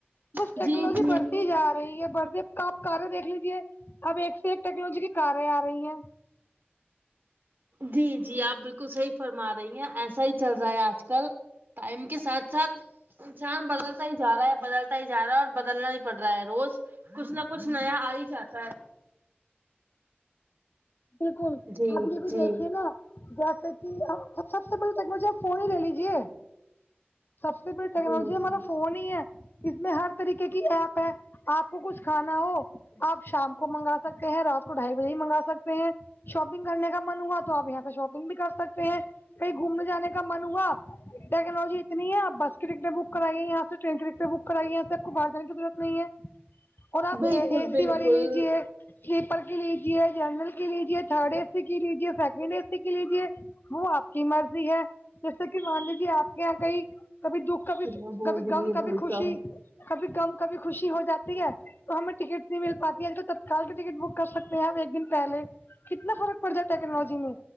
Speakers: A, on the left; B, on the right.
A: بس ٹیکنالوجی
B: جی جی
A: بڑھتی جا رہی ہے بڑھتی تو آپ کارے دیکھ لیجے اب ایک سے ایک ٹیکنالوجی کی کاریں آ رہی ہیں
B: جی جی آپ بالکل صحیح فرما رہی ہیں ایسا ہی چل رہا ہے آج کل ٹائم کے ساتھ ساتھ انسان بدلتا ہی جا رہا ہے بدلتا ہی جا رہا ہے اور بدلنا ہی پڑ رہا ہے روز کچھ نہ کچھ نیا آ ہی جاتا ہے
A: بالکل
B: جی
A: آپ یہ بھی
B: جی
A: دیکھیے نا جیسے کی اب سب سے پہلے ٹیکنالوجی فون ہی لے لیجیے سب سے بڑی ٹیکنالوجی
B: جی جی
A: ہمارا فون ہی ہے اس میں ہر طریقے کی ایپ ہے آپ کچھ کھانا ہو آپ شام کو منگا سکتے ہیں رات کو ڈھائی بجے بھی منگا سکتے ہیں شاپنگ کرنے کا من ہوا تو آپ یہاں سے شاپنگ بھی کر سکتے ہیں کہی گھومنے جانے کا من ہوا ٹیکنالوجی اتنی ہے آپ بس کی ٹکٹیں بک کرائیے یہاں سے ٹرین کی ٹکٹیں بک کرائیے یہاں سے آپ کو باہر جانے کی ضرورت نہیں ہے اور آپ
B: بالکل
A: اے
B: بالکل
A: سی والی لیجیے سلیپر کی لیجیے جنرل کی کی لیجیے تھرڈ اے سی کی لیجیے سیکنڈ اے سی کی لیجیے وہ آپ کی مرضی ہے جیسے کہ مان لیجیے آپ کے یہاں کئی کبھی دکھ کبھی
B: کتنا بول
A: کبھی غم
B: رہی ہے
A: کبھی
B: بھائی
A: خوشی
B: صاحب
A: کبھی غم کبھی خوشی ہو جاتی ہے تو ہمیں ٹکٹ نہیں مل پاتی ہے تو تتکال کے ٹکٹ بک کر سکتے ہیں ہم ایک دن پہلے کتنا فرق پڑ جاتا ٹیکنالوجی میں